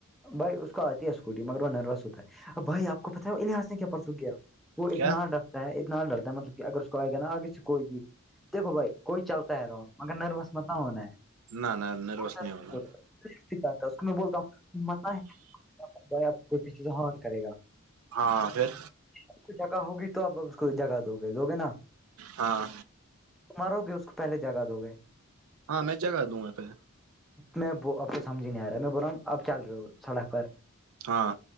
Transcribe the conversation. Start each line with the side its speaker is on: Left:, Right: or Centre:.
Centre: بھائی اس کو آتی ہے اسکوٹی مگر وہ نروس ہوتا ہےب بھائی آپ کو پت ہے وہ انحاظ نے کیاپ پر سک گیا وہ اتنا
Right: کیا
Centre: ڈرتا ہے اتنا ڈرتا ہے مطلب کہ اگر اس کہے گا نا آگے سے کوئی بھی دیکھو بھائی کوئی چلتا ہے رہو مگر نروس مت ہونا ہے
Right: نہ نہ نروس نہیں ہونا
Centre: کیاتا تم بولتا بھائی آپ کو کوئی پیچھے سے حان کرے گا
Right: ہاں پھر
Centre: آ کو جگہ ہوگی تو اپ اس کو جگہ دو گے دو گے نا
Right: ہاں
Centre: مرو گے اس کو پہلے جگہ دو گے
Right: ہاں میں جگا دوں گااں پہ
Centre: میں اب تو سمج ہی نہیں آ رہا میں بول رہا ہوں اب چل رہے ہو سڑک پر
Right: ہاں